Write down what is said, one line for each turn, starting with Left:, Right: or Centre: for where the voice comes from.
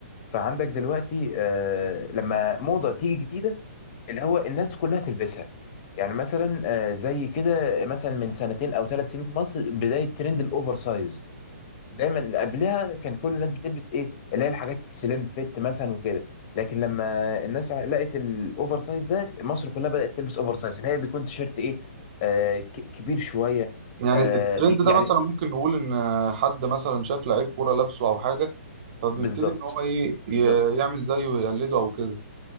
Left: فعندك دلوقتي آه، لما موضة تيجي جديدة اللي هو الناس كلها تلبسها يعني مثلا آه، زي كده مثلا من سنتين او ثلاث سنين في مصر بداية ترند الاوفر سايز
Right: مم.
Left: دايما قبلها كان كل الناس بتلبس ايه اللي هي الحاجات السليم فيت مثلا وكده لكن لما الناس لقت الاوفر سايز ده مصر كلها بدأت تلبس اوفر سايز اللي هي بيكون تيشيرت ايه آه ك- كبير شوية
Right: يعني
Left: آه
Right: الترند
Left: بي يعني
Right: ده مثلا ممكن نقول إن حد مثلا شاف لعيب كورة لابسه أو حاجة فبيبتدي
Left: بالظبط
Right: إن هو إيه ي-
Left: بالظبط
Right: يعمل زيه ويقلده أو كده